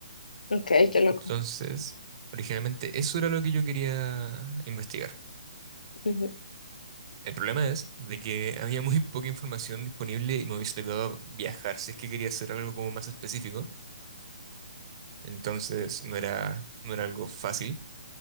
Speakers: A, on the left; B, on the right.
A: ok, qué loco.
B: Entonces, originalmente eso era lo que yo quería investigar.
A: Ujú,
B: El problema es de que había muy poca información disponible y me hubiese tocado viajar si es que quería hacer algo como más específico. Entonces no era, no era algo fácil.